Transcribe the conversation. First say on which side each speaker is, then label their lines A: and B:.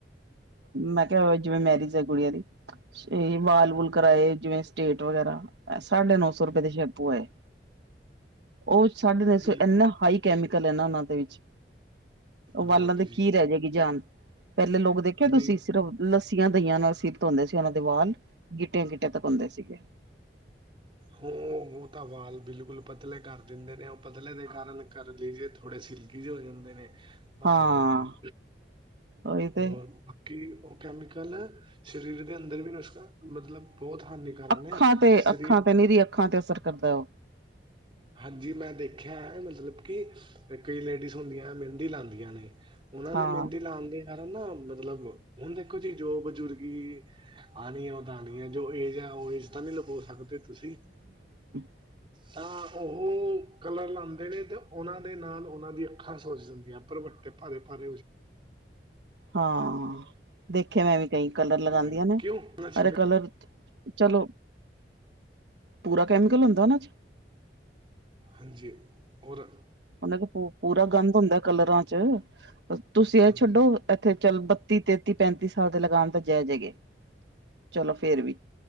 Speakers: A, on the right; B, on the right.
A: ਮੈਂ ਕਿਹਾ ਹੋ ਜਿਵੇਂ ਮੈਰਿਜ ਹੈ ਗੁੜੀਆਂ ਦੀ। ਤੇ ਵਾਲ ਵੂ
B: ਹਾਂਜੀ
A: ਕਰਵਾਏ ਜਿਵੇਂ ਸਟੇਟ ਵਗੈਰਾ, ਸਾਢੇ ਨੋ ਸੋ
B: ਹਾਂਜੀ
A: ਰੁਪਏ ਦੇ ਸ਼ੈਪੂ ਆਏ। ਉਹ ਸਾਢੇ ਤਿੰਨ ਸੌ
B: ਬਿਲਕੁਲ
A: ਇੰਨਾ ਹਾਈ ਕੈਮੀਕਲ ਹੈ ਨਾ ਉਹਨਾਂ ਦੇ ਵਿੱਚ। ਵਾਲਾਂ
B: ਬਹੁਤ
A: ਦੇ
B: ਜੀ
A: ਕੀ ਰਹਿ ਜਾਏਗੀ ਜਾਨ ਪਹਿਲੇ ਲੋਕ ਦੇਖਿਆ ਤੁਸੀਂ
B: ਨਹੀਂ
A: ਸਿਰਫ ਲੱੱਸੀਆਂ ਦਈਆਂ ਨਾਲ ਸਿਰ ਧੋਂਦੇ ਸੀ ਉਹਨਾਂ ਦੇ ਵਾਲ ਗਿੱਟਿਆਂ ਗਿੱਟੇ ਤਕ ਹੁੰਦੇ ਸੀਗੇ।
B: ਹ ਉਹ ਤਾਂ ਵਾਲ ਬਿਲਕੁਲ ਪਤਲੇ ਕਰ ਦਿੰਦੇ ਨੇ, ਉਹ ਪਤਲੇ ਦੇ ਕਾਰਨ ਕਰ ਲਈਜੇ ਥੋੜੇ ਸਿਲਕੀ ਚ ਹੋ ਜਾਂਦੇ ਨੇ, ਬਸ
A: ਹਾਂ
B: ਇਹ ਜੀ
A: ਉਹੀ ਤੇ
B: ਹੋਰ ਕਿ ਉਹ ਕੈਮੀਕਲ ਸਰੀਰ ਦੇ ਅੰਦਰ ਵੀ ਨੁਸਖਾ ਮਤਲਬ ਬਹੁਤ ਹਾਨੀਕਾਰਕ
A: ਅੱਖਾਂ
B: ਨੇ
A: ਤੇ
B: ਸਰੀਰ
A: ਅੱਖਾਂ ਤੇ ਨੀਰੀ ਅੱਖਾਂ ਤੇ ਅਸਰ ਕਰਦਾ ਉਹ।
B: ਹਾਂਜੀ ਮੈਂ ਦੇਖਿਆ ਹੈ ਮਤਲਬ ਕਿ ਕਈ ਲੇਡੀਜ਼ ਹੁੰਦੀਆਂ ਮਹਿੰਦੀ ਲਾਉਂਦੀਆਂ ਨੇ। ਉਹਨਾਂ
A: ਹਾਂ
B: ਨੇ ਮਹਿੰਦੀ ਲਾਉਣ ਦੇ ਕਾਰਨ ਨਾ ਮਤਲਬ ਹੁਣ ਦੇਖੋ ਜੀ ਜੋ ਬਜ਼ੁਰਗੀ ਆਉਣੀ ਹੈ ਉਹ ਤਾਂ ਆਉਣੀ ਹੈ ਜੋ ਏਜ ਹੈ ਉਹ ਏਜ ਤਾਂ ਨਹੀ ਲੁਕ ਸਕਦੇ ਤੁਸੀਂ।
A: ਹ।
B: ਤਾਂ ਉਹ ਕਲਰ ਲਾਉਂਦੇ ਨੇ ਅਤੇ ਉਹਨਾਂ ਦੇ ਨਾਲ ਉਹਨਾਂ ਦੀ ਅੱਖਾਂ ਸੋਚ ਜਾਂਦੀਆਂ ਪਰਬ ਭਾਰੇ -ਭਾਰੇ।
A: ਹਾਂ, ਦੇਖੇ ਮੈਂ ਵੀ ਕਈ ਕਲਰ
B: ਜਾਂਦੇ
A: ਲਗਾਉਂਦੀਆਂ ਨੇ
B: ਕਿਉਂ ਉਹਨਾਂ ਚ-
A: ਅਰੇ ਕਲਰ ਚਲੋ, ਪੂਰਾ ਕੈਮੀਕਲ ਹੁੰਦਾ ਉਹਨਾਂ ਚ।
B: ਹਾਂਜੀ, ਔਰ
A: ਉਹ ਪੂਰਾ ਗੰਦ ਹੁੰਦਾ ਕਲਰਾਂ ਚ ਤੁਸੀਂ ਇਹ
B: ਹਾਂਜੀ
A: ਛੱਡੋ ਇੱਥੇ ਚਲ ਬੱਤੀ ਤੇਤੀ ਪੈਂਤੀ ਸਾਲ ਦੇ ਲਗਾਮ ਤਾਂ ਜੈਜ ਹੈਗੇ ਚਲੋ ਫੇਰ ਵੀ।